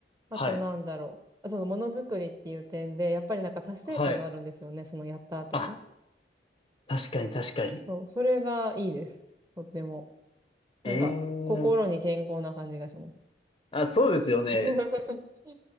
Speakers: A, on the right (about 20°); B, on the left (about 30°).
A: あとなんだろう。
B: はい、
A: そのものづくりっていう点で、やっぱりなんか達成感があるんですよね。
B: はい。
A: そのやった後に。
B: あ、確かに確かに。
A: そう、それがいいです。とっても。なんか、
B: ええ
A: 心に健康な感じがします。
B: あ、そうですよね。
A: <laughs> う